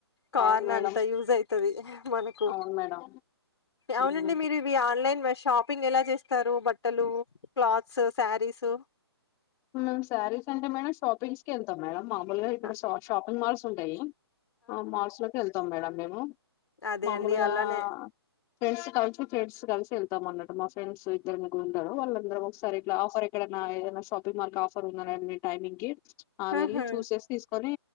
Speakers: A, on the left (about 75°); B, on the left (about 20°).
A: కార్న్
B: అవును మేడం
A: అంత యూజ అతుంది మనకు
B: అవును మేడం
A: అవునండి
B: మ్మ్
A: మీరు ఇవి ఆన్లైన్ మష షాపింగ్ ఎలా చేస్తారు బట్టలు క్లాత్స్ శారీస్
B: మేమ్ శారీస్ అంటే మేడంమ్ షాపింగ్స్ కి ఎల్తం మేడంమ్ మా మ ఇక్కడ
A: ఆ!
B: శ షాపింగ్ మల్స్ ఉంటాయి ఆ మాల్స్ లోకి వెళ్తాం మేడం డేమో
A: అదే
B: మామూలుగా
A: అండి అలానే
B: ఫ్రెండ్స్ కాల్చు ఫ్రెండ్స్ కలిసి వెళ్తాం అన్నటు మా ఫ్రెండ్స్ ఇద్దరు ముగ్గురు ఉండరు వాళ్ళ చంద్రబాబు సార్ ఇట్ల ఆఫర్ ఇక్కడ నా ఏదన్న సప్ మనకి ఆఫర్ ఉందండి టైమింగ్కి ఆ
A: ఆహా
B: వెళ్ళి చూసేసి తీసుకొని